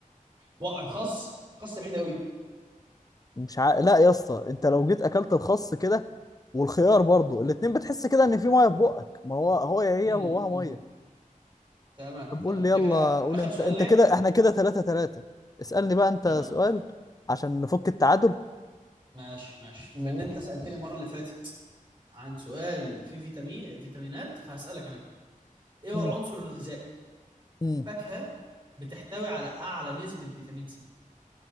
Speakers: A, on the right; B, on the left.
A: وا- الخس الخس بعيد قوي
B: مش ع... لا يا اسطى انت لو جيت اكلت الخس كده والخيار برضو الاتنين بتحس كده ان في ميه في بقك ما هو هو هي
A: مم،
B: جواها ميه
A: مم. تمام
B: طب
A: تمام
B: قول لي يلا
A: ده كده
B: قول
A: اخر
B: انت
A: سؤال
B: انت
A: ليه
B: كده احنا كده تلاتة تلاتة اسألني بقى انت
A: تمام
B: سؤال عشان نفك التعادل
A: ماشي ماشي بما ان انت سالتني المره اللي فاتت عن سؤال فيه فيتامين فيتامينات فهسالك انا كمان ايه هو
B: امم
A: العنصر الغذائي
B: امم
A: فاكهه بتحتوي على اعلى نسبه فيتامين سي